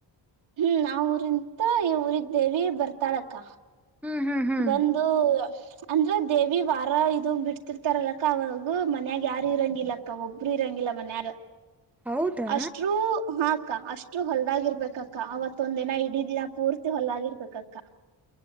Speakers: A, on the right; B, in the centre.
A: ಹ್ಮ್ ನಾವ ಊರಿಂತ ಈ ಊರಿದ್ದೇವಿ ಬರ್ತಾಳಕ್ಕ
B: ಹ್ಮ್ ಹ್ಮ್ ಹ್ಮ್
A: ಬಂದು ಅಂದ್ರ ದೇವಿ ವಾರ ಇದದು ಬಿಡ್ತಿರ್ತಾರಲಕ್ಕ ಅವಾಗ ಮನ್ಯಾಗ ಯಾರು ಇರಂಗಿಲ್ಲಕ್ಕ ಒಬ್ರು ಇರಂಗ ಗಿಲ್ಲ ಮನ್ಯಾಗ
B: ಹೌದಾ
A: ಅಷ್ಟೂ ಹ ಅಕ್ಕ ಅಷ್ಟು ಹೊಲ್ದಾಗಿರ್ಬೇಕಕ್ಕ ಅವತ್ತೊಂದ್ ದಿನ ಇಡೀ ದಿನ ಪೂರ್ತಿ ಹೊಲ್ದಾಗ್ಗಿರ್ಬೇಕಕ್ಕ